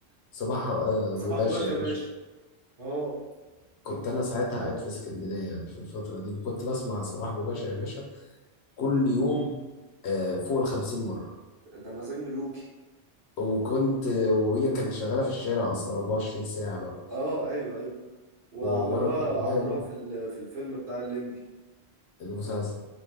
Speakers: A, on the left; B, on the right.
A: صباح آه،
B: صباح
A: غباشة
B: بغش
A: يا
B: يا
A: باشا
B: باشا اه
A: كنت
B: أنا-
A: أنا ساعتها قاعد في اسكندرية يعني في الفترة دي وكنت بسمع صباح غباشة يا باشا كل يوم آه، فوق الخمسين مرة
B: ده مزاج ملوكي
A: وكنت وهي كانت شغالة في الشارع أصلا 24 ساعة بقى
B: اه ايوه ايوه وعملوها
A: وأنا كنت نايم
B: عملوها في ال- في الفيلم بتاع الليمبي
A: المسلسل